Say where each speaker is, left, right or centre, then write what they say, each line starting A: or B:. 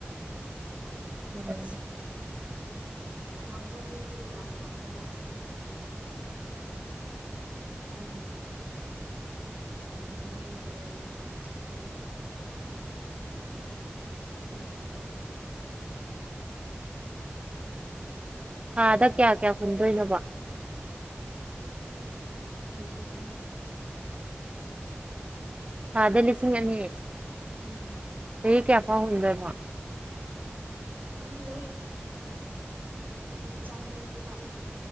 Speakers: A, on the right (about 30°); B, on the right (about 50°).
A: ꯎꯝ
B: ꯐꯪꯕ ꯃꯤꯗꯤ ꯌꯥꯝ ꯐꯪꯕ ꯑꯗꯣ ꯑꯩꯈꯣꯏꯅ ꯌꯥꯎꯅꯤꯡꯗ꯭ꯔꯦꯅ ꯑꯃꯨꯛ ꯆꯠꯂꯗꯤ ꯑꯩꯈꯣꯏꯒꯤ ꯃꯥꯡꯉꯦꯕ
A: ꯊꯥꯗ ꯀꯌꯥ ꯀꯌꯥ ꯍꯨꯟꯗꯣꯏꯅꯣꯕ
B: ꯂꯤꯁꯤꯡ ꯑꯅꯤ
A: ꯊꯥꯗ ꯂꯤꯁꯤꯡ ꯑꯅꯤ
B: ꯎꯝ
A: ꯆꯍꯤ ꯀꯌꯥꯐꯥꯎ ꯍꯨꯟꯗꯣꯢꯅꯣ
B: ꯈꯪꯗꯦ ꯃꯤ ꯆꯅꯤꯅꯦꯕ